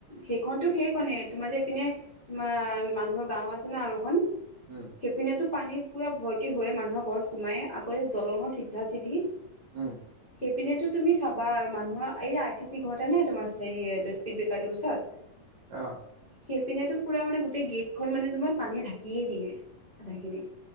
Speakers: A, on the left; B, on the right.
A: সেইখনতো সেই কণে তোমাৰ যে এইপিনে তোমাৰ মানুহৰ গাঁও আছে ন আৰু এখন।
B: উম
A: সেইপিনেতো পানী পুৰা ভৰ হৈয়ে মানুহৰ ঘৰত সোমাইয়ে, আকৌ দলঙৰ চিধা চিধি
B: উম।
A: সেইপিনেটো তুমি চাবা আৰু মানুহৰ এই যে আৰ চি চি ঘৰ এটা নাই তোমাৰ হেৰি এটো স্পীড ব্ৰে ৰটো ওচৰত
B: অঁ।
A: সেইপিনেটো পুৰা মানে গোটেই গেটখন মানে তোমাৰ পানীয়ে ঢাকিয়ে দিয়ে, আধাখিনি।